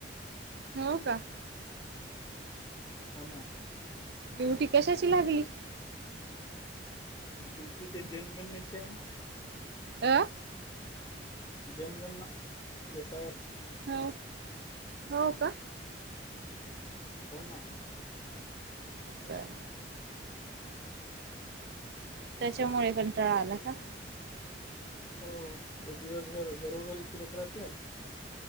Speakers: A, on the right; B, on the left.
A: हो का.
B: होना.
A: डीवटी कशाची लागली.
B: ड्युटी ते जनगणनेच आहे ना.
A: अ
B: जनगणना एस आय आर ची.
A: हो हो का.
B: होना.
A: काय. त्याच्यामुळे कंटाळा आला का.
B: हो. ते दिवसभर घरोघरी फिरत राहत्यात.